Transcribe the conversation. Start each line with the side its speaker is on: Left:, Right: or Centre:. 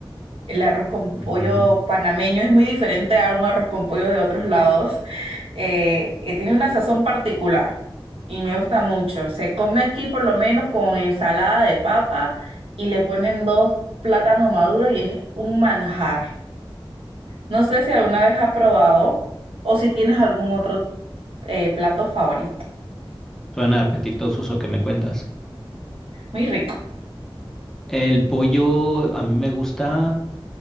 Right: el arroz con pollo
Centre: Ujú.
Right: panameño es muy diferente a un arroz con pollo de otros lados. Eh, eh, tiene una sazón particular y me gusta mucho. Se come aquí por lo menos con ensalada de papa y le ponen dos plátanos maduros y es un manjar. No sé si alguna vez has probado o si tienes algún otro eh, plato favorito.
Centre: Suena apetitoso eso que me cuentas.
Right: Muy rico.
Centre: El pollo a mí me gusta,